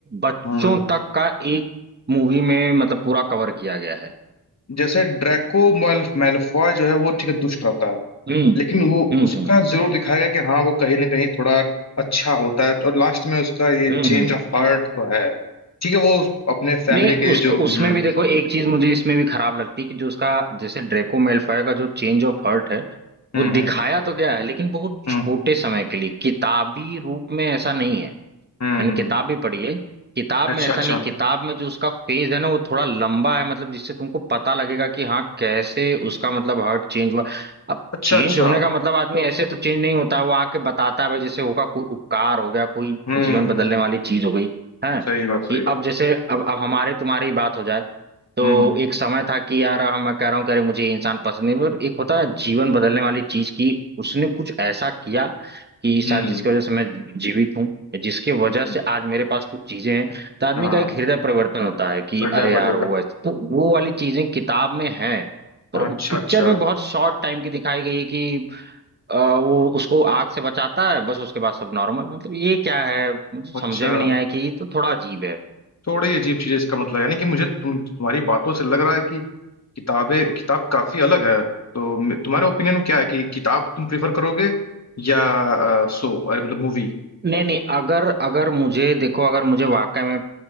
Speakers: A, on the right (about 25°); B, on the left (about 45°).
A: बच्चों
B: हम्म
A: तक का एक मूवी में मतलब पूरा कवर किया गया है
B: जैसे ड्रैको मैल मैलफॉय जो है वो ठीक है दुष्ट रहता है
A: हम्म
B: लेकिन वो
A: हम्म
B: उसका
A: हम्म
B: जरूर दिखाया गया कि हाँ वो कहीं ना कहीं थोड़ा अच्छा होता है और लास्ट में उसका ये
A: हम्म
B: चेंज
A: हम्म
B: ऑफ हार्ट तो है ठीक है वो अपने फैमिली
A: नहीं
B: के
A: उस
B: जो
A: उसमें
B: हम्म
A: भी देखो एक चीज मुझे इसमें भी खराब लगती है कि जो उसका जैसे ड्रेको मेलफॉय का जो चेंज ऑफ हर्ट है
B: हम्म
A: वो दिखाया
B: हम्म
A: तो गया है लेकिन बहुत
B: हम्म
A: छोटे समय के लिए किताबी रूप में ऐसा नहीं है
B: हम्म
A: मैंने
B: हम्म,
A: किताब भी पढ़ी है किताब
B: अच्छा
A: में ऐसा
B: अच्छा
A: नहीं किताब में जो उसका फेज है ना वो थोड़ा लंबा है मतलब जिससे तुमको पता लगेगा कि हाँ कैसे उसका मतलब हार्ट चेंज हुआ अब
B: अच्छा
A: चेंज
B: अच्छा
A: होने का मतलब आदमी ऐसे तो चेंज नहीं होता है वो आके बताता है भाई जैसे होगा कोई उपकार हो गया कोई
B: हम्म
A: जीवन बदलने
B: हम्म,
A: वाली चीज हो गई है
B: सही बात
A: कि
B: सही
A: अब
B: बात
A: जैसे अब अब हमारे तुम्हारी ही बात हो जाए तो
B: हम्म
A: एक समय था कि यार हम मैं कह रहा हूँ कह रहे मुझे ये इंसान पसंद नहीं पर एक होता है जीवन बदलने वाली चीज की उसने कुछ ऐसा किया कि शायद
B: हम्म
A: जिसकी वजह से मैं जीवित हूँ या जिसकी वजह
B: हम्म,
A: से आज मेरे पास कुछ चीजें हैं तो आदमी
B: हाँ
A: का एक हृदय परिवर्तन होता है कि
B: पर्दा
A: अरे
B: है,
A: यार
B: पर्दा
A: वो
B: था।
A: ऐसे तो वो वाली चीजें किताब में है पर
B: अच्छा
A: पिक्चर
B: अच्छा
A: में बहुत शॉर्ट टाइम की दिखाई गई है कि अ, वो उसको आग से बचाता है बस उसके बाद सब नॉर्मल मतलब ये क्या है मुझे समझ
B: अच्छा
A: में नहीं आया कि ये तो थोड़ा अजीब है
B: थोड़ी अजीब चीज है इसका मतलब यानी कि मुझे तुम तुम्हारी बातों से लग रहा है कि किताबें किताब काफी अलग है तो मे- तुम्हारे ओपिनियन में क्या है कि किताब तुम प्रिफर करोगे या अ, शो अरे मतलब मूवी
A: नहीं नहीं अगर अगर मुझे देखो अगर मुझे वाकई में